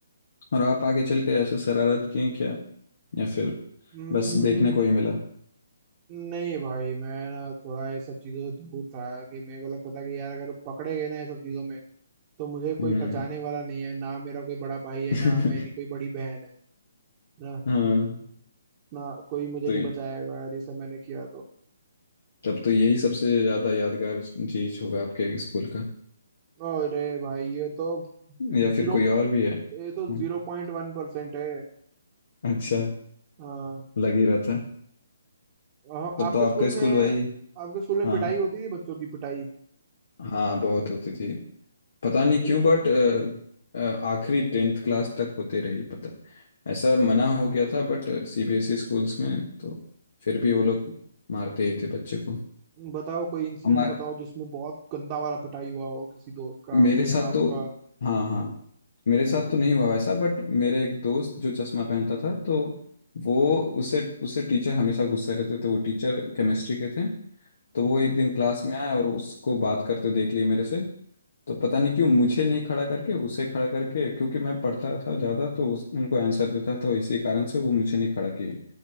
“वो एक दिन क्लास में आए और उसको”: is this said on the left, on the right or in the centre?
Left